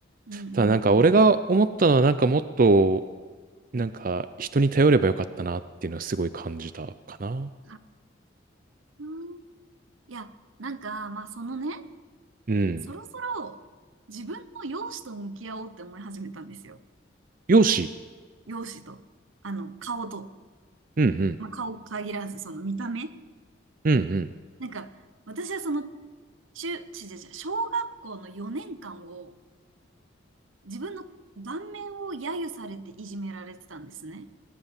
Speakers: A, on the right; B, on the right.
A: うんうんうん。
B: ただなんか俺が思ったのはなんかもっと、なんか人に頼ればよかったなっていうのはすごい感じたかな。
A: あ、うん。いや、なんか、まあ、そのね、
B: うん。
A: そろそろ自分の容姿と向き合おうって思い始めたんですよ。
B: 容姿
A: 容姿と。あの、顔と。
B: うんうん。
A: まあ、顔限らず、その見た目。
B: うんうん。
A: なんか、私はその、中、ちじゃじゃ、小学校の4年間を、自分の顔面を揶揄されていじめられてたんですね。